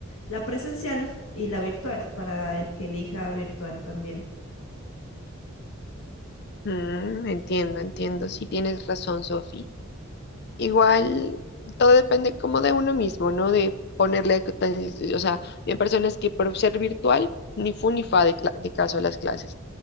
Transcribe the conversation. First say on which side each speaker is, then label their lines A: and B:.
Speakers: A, on the left; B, on the left.
A: la presencial y la virtual, para el que elija virtual también.
B: Mm, entiendo, entiendo. Sí, tienes razón, Sofi. Igual, todo depende como de uno mismo, ¿no? De ponerle, tan- o sea, hay personas que por ser virtual, ni fu ni fa de, cla- de caso a las clases,